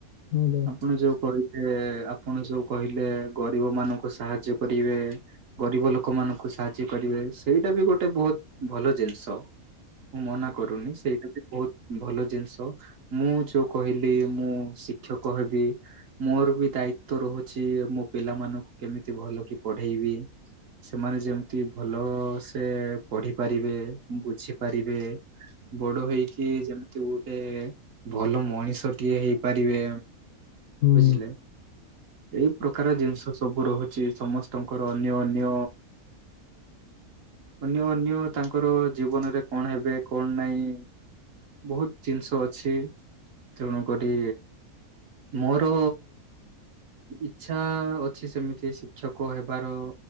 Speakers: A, on the left; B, on the right.
A: ହାଲୋ
B: ଆପଣ ଯୋଉଁ କହିଲେ ଆପଣ ଯୋଉଁ କହିଲେ ଗରିବ ମାନଙ୍କୁ ସାହାଯ୍ୟ କରିବେ ଗରିବ ଲୋକମାନଙ୍କୁ ସାହାଯ୍ୟ କରି ସେଇଟା ବି ଗୋଟେ ବହୁତ ଭଲ ଜିନିଷ ମୁଁ ମନା କରୁନି ସେଇଟା ବି ବହୁତ
A: ହ
B: ଭଲ ଜିନିଷ ମୁଁ ଯୋଉଁ କହିଲି ମୁଁ ଶିକ୍ଷକ ହେବି ମୋର ବି ଦାୟି ତ ରହୁଛି ମୋ ପିଲାମାନଙ୍କୁ କେମିତି ଭଲ କି ପଢେଇବି। ସେମାନେ ଯେମିତି ଭଲ ସେ ପଢିପାରିବେ। ବୁଝିପାରିବେ ବଡ ହେଇକି ଯେମିତି ଗୋଟେ ଭଲ ମଣିଷ କିଏ ହେଇପାରିବେ
A: ହୁଁ।
B: ବୁଝିଲେ ଏଇ ପ୍ରକାର ଜିନିଷ ସବୁ ରହୁଛି ସମସ୍ତଙ୍କର ଅନ୍ୟ ଅନ୍ୟ ଅନ୍ୟ ଅନ୍ୟ ତାଙ୍କର ଜୀବନରେ କଣ ହେବେ କଣ ନାହିଁ। ବହୁତ ଜିନିଷ ଅଛି ତେଣୁ କରି ମୋର ଇଛା ଅଛି ସେମିତି ଶିକ୍ଷକ ହେବାର